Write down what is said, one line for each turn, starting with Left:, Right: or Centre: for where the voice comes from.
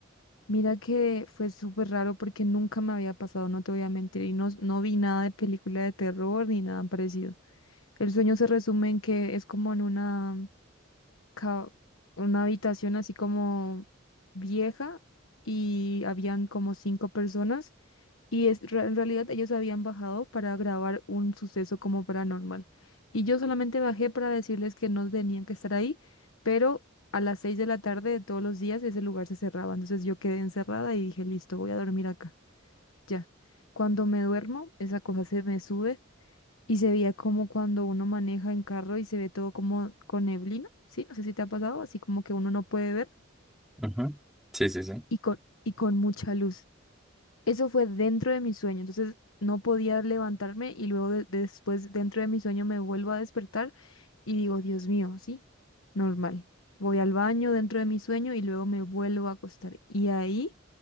Left: Mira que fue súper raro porque nunca me había pasado, no te voy a mentir, y no, no vi nada de película de terror ni nada parecido. El sueño se resume en que es como en una, ca- una habitación así como vieja y habían como cinco personas y es, re- en realidad ellos habían bajado para grabar un suceso como paranormal. Y yo solamente bajé para decirles que no tenían que estar ahí, pero a las seis de la tarde de todos los días ese lugar se cerraba. Entonces yo quedé encerrada y dije, listo, voy a dormir acá. Ya. Cuando me duermo, esa cosa se me sube y se veía como cuando uno maneja en carro y se ve todo como con neblina, ¿sí? No sé si te ha pasado, así como que uno no puede ver
Centre: Ujú. Sí, sí, sí.
Left: y con, y con mucha luz. Eso fue dentro de mi sueño, entonces no podía levantarme y luego de- después dentro de mi sueño me vuelvo a despertar y digo, Dios mío, sí, normal. Voy al baño dentro de mi sueño y luego me vuelvo a acostar y ahí